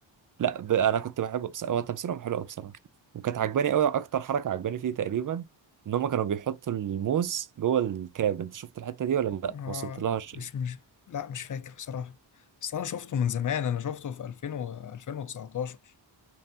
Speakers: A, on the right (about 45°); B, on the left (about 45°).
A: لا ب... انا كنت بحبه بس هو تمثيلهم حلو قوي بصراحه وكانت عجباني قوي اكتر حركه عجباني فيه تقريبا ان هم كانوا بيحطوا الموس جوه الكاب انت شفت الحته دي ولا لا ما
B: اه
A: وصلت لهاش
B: مش مش لا مش فاكر بصراحه بس انا شفته من زمان انا شفته في 2000 و 2019